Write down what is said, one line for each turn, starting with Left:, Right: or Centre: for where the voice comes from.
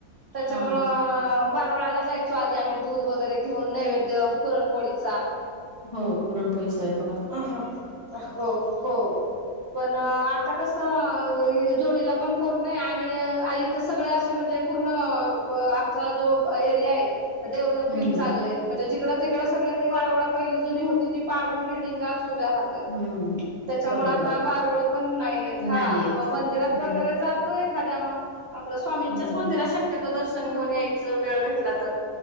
Right: त्याच्यामुळं
Left: हा
Right: वारूळाला जायचो आधी आम्ही दूध वगैरे घेऊन नैवेद्य पुरणपोळीचा
Left: हो पुरणपोळी स्वयंप
Right: अ हा हो हो. पण आता कसं जोडीला पण कोण नाही आणि ईथ सगळी इथ म्हणजे पूर्ण आमचा जो एरिया आहे. डेव्हलपिंग
Left: हम्म
Right: चालय म्हणजे जिकडं तिकड सगळं ते वारूळ पहिली जुनी होती ती पाडून बिल्डिंगाच उभ्या राहतात.
Left: हम्म.
Right: त्याच्यामुळे
Left: बरोबर
Right: आता वारुळ पण नाही येत हा
Left: नाही येत
Right: म मंदिरात
Left: नाही
Right: वगैरे जातोय एखाद्या म आपलं स्वामींच्याच
Left: हम्म हम्म
Right: मंदिरात शक्यतो दर्शन घेऊन यायचं वेळ भेटला तर.